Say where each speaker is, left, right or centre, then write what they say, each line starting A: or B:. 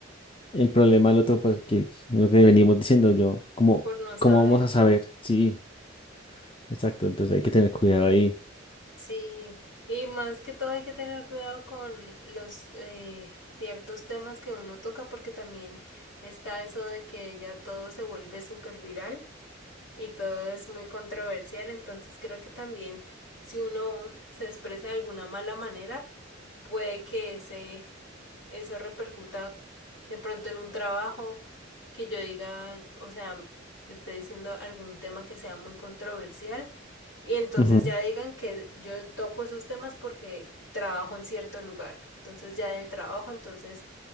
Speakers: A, on the left (about 25°); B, on the left (about 65°).
A: El problema del otro, pues, que es lo que venimos diciendo yo, como,
B: Por no saber.
A: ¿cómo vamos a saber? Sí, exacto, entonces hay que tener cuidado ahí.
B: Sí, y más que todo hay que tener cuidado con los eh, ciertos temas que uno toca porque también está eso de que ya todo se vuelve súper viral. y todo es muy controversial, entonces creo que también si uno se expresa de alguna mala manera, puede que ese, eso repercuta de pronto en un trabajo que yo diga, o sea, esté diciendo algún tema que sea muy controversial y entonces
A: Ujú,
B: ya digan que yo toco esos temas porque trabajo en cierto lugar, entonces ya del trabajo, entonces